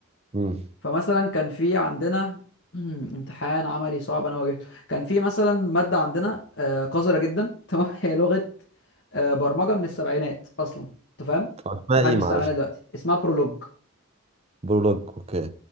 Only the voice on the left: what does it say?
فمثلا كان في عندنا <clears throat> امتحان عملي صعب انا واجهته كان في مثلا ماده عندنا آه، قذره جدا <laughs> تمام هي لغه آه، برمجه من السبعينات اصلا انت فاهم
محدش
بيستعملها
دلوقتي اسمها برولوج